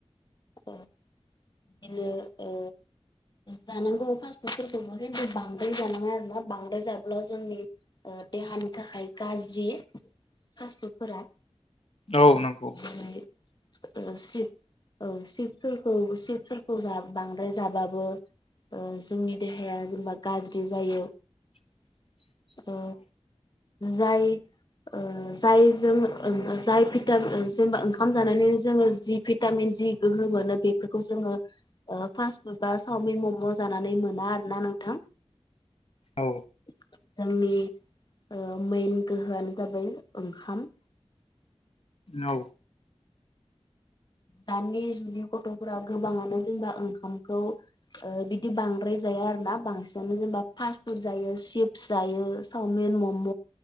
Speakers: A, on the left; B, on the left.
A: ओ बिदिनो ओ जानांगौ फास्ट फुडफोरखौबो खिन्थु बांद्राय जानाङा आरो ना बांद्राय जाब्ला जोंनि ओ देहानि थाखाय गाज्रि फास्ट फुडफोरा
B: औ नंगौ
A: जानाय ओ सिप औ चिप्सफोरखौ चिप्सफोरखौ जा बांद्राय जाबाबो ओ जोंनि देहाया जेनेबा गाज्रि जायो
B: <inaudible>
A: ओ जाय ओ जाय जों जाय भिटाम जेनेबा ओंखाम जानानै जोङो जि भिटामिन जि गोहो मोनो बेफोरखौ जोङो ओ फास्ट फुड बा चावमिन मम' जानानै मोना आरो ना नोंथां <inaudible>
B: औ
A: जोंनि ओ मेइन गोहोआनो जाबाय ओंखाम
B: औ
A: दानि जुगनि गथ'फोरा गोबाङानो जेनेबा ओंखामखौ ओ बिदि बांद्राय जाया आरो ना बांसिनानो जेनेबा फास्ट फुड जायो चिप्स जायो सावमिन मम'